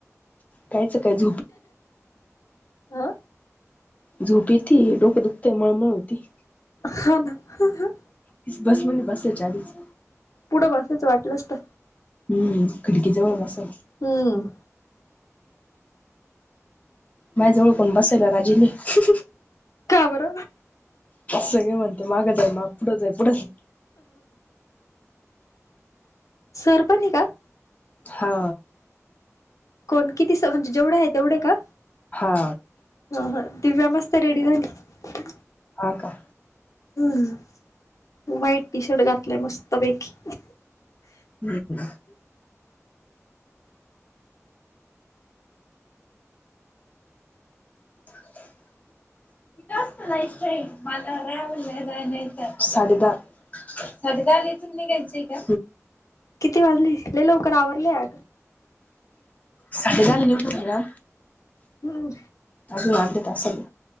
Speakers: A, on the left; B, on the left.
A: कायच काय झू
B: आं
A: झोप येतीये डोक दुखते, मळमळ होती
B: हा ना हा हा
A: बसमध्ये बसायच्या आधीच
B: पुढं बसायच वाटलंस तर
A: हम्म खिडकी जवळ बसायच.
B: हम्म
A: माझजवळ कोण बसायला राजी नाय.
B: का बर?
A: सगळे म्हणते मागं जाय माग पुढं जाय पुढं जाई.
B: सरपणी काय
A: हा
B: कोण किती म्हणजे जेवढं आहे तेवढे का
A: हा
B: हो ती व्यवस्था रेडी झालीय
A: हा का
B: हम् व्हाईट टी शर्ट घातलंय मस्त पैकी,
A: हम्म <unintelligible> जास्त नाहीय मला रावल नाही साडी द साडी घालून निघायची आहे का
B: किती वाजले लय लवकर आवरले अ
A: साडे दहाला निघू पुण्याला
B: हम्
A: अजून अर्ध्या तासाने.